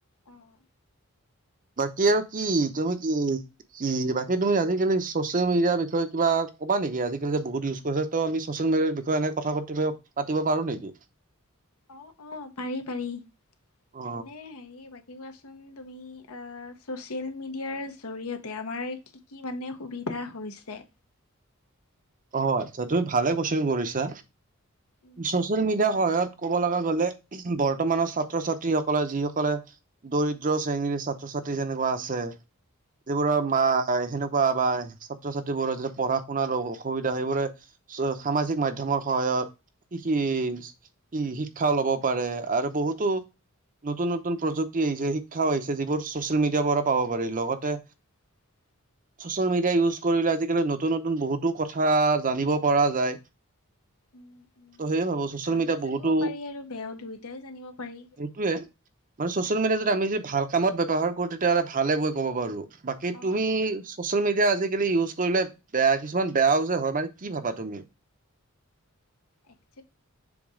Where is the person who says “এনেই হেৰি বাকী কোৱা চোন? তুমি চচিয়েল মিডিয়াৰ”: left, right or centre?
Left